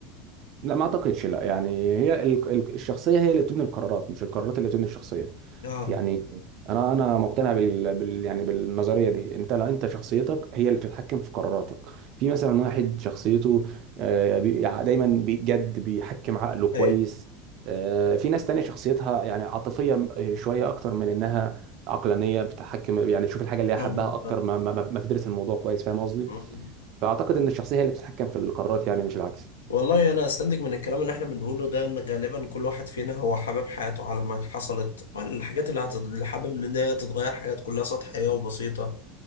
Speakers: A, on the right (about 45°); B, on the left (about 70°).
A: لا ما اعتقدش لا يعني هي ال- ال- الشخصيه هي اللي بتبني القرارات مش القرارات اللي بتبني الشخصيه
B: اه
A: يعني انا انا مقتنع بال... بال... يعني بالنظريه دي انت لو انت شخصيتك هي اللي بتتحكم في قراراتك في مثلا واحد شخصيته آه، بي- ع- دايما بجد بيحكم عقله كويس
B: ايوه
A: آه، في ناس تانية شخصيتها يعني عاطفيه شويه اكتر من انها عقلانيه بتحكم يعني تشوف الحاجه اللي هي
B: فاهمك
A: حبها اكتر ما ما, ما ما تدرس الموضوع كويس فاهم قصدي
B: آه.
A: فاعتقد ان الشخصيه هي اللي بتتحكم في القرارات يعني مش العكس
B: والله انا استنتج من الكلام اللي احنا بنقوله ده ان غالبا كل واحد فينا هو حابب حياته على ما حصلت الحاجات اللي هتت- اللي حابب ان هي تتغير حاجات كلها سطحية وبسيطة